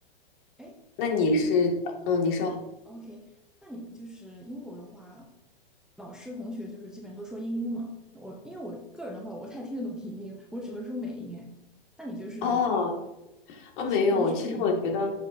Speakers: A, in the centre; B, on the left.
A: 哎
B: 那你是嗯，你说。
A: ，OK，那你们就是英国的话。老师同学就是基本上都说英音嘛。我因为我个人的话，我不太听得懂 <laughs> 英音，我只会说美音。哎，那你就是
B: 哦，啊，
A: 医学能适应吗？
B: 没有，其实我觉得